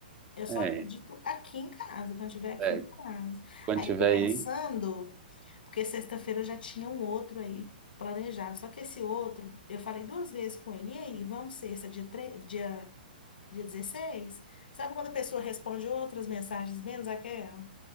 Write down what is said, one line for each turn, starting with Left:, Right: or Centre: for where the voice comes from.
Left: Eu só
Right: É,
Left: acredito aqui em casa, quando eu estiver aqui
Right: é.
Left: em casa.
Right: Quando
Left: Aí
Right: tiver
Left: eu tô pensando,
Right: aí.
Left: porque sexta-feira eu já tinha um outro aí planejado. Só que esse outro, eu falei duas vezes com ele, e aí, vamos sexta, dia, tre- dia, dia 16. Sabe quando a pessoa responde outras mensagens menos aquela?